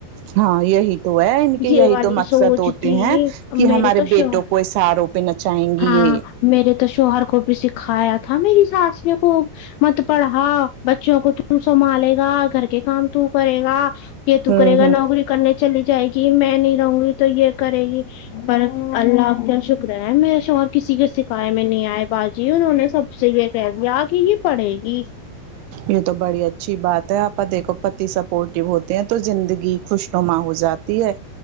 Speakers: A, on the right; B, on the left.
A: ہاں یہی تو ہے ان کہ
B: یہ
A: یہی
B: والی
A: تو مقصد
B: سوچ
A: ہو
B: تھی
A: ہیں کہ
B: میرے
A: ہمارے
B: تو
A: بیٹوں
B: شوہر
A: کو اشاروں پے نہ چاہیں گی
B: ہاں
A: یہ
B: میرے تو شوہر کو بھی سکھایا تھا میری ساس نےکوب مت پڑھا بچوں کو تو سنبھالے گا گھر کے کام تو کرے گا یہ تو
A: ہوں
B: کرے گا
A: ہوں
B: نوکری کرنے چلی جائے گی میں نہیں رہوں گی تو یہ کرے گی پر اللہ کا شکر ہے میرہے شوہر کسی کے سکھایا میں نہیں آئے بع جی انہوں نے سب سے یہ کہہ دیا کہ یہ پڑھے گی
A: یہ تو بڑی اچھی بات ہے آپا دیکھو پتی سب سپورٹیو ہوتے ہیں تو زندگی خوشنما ہو جاتی تی ہے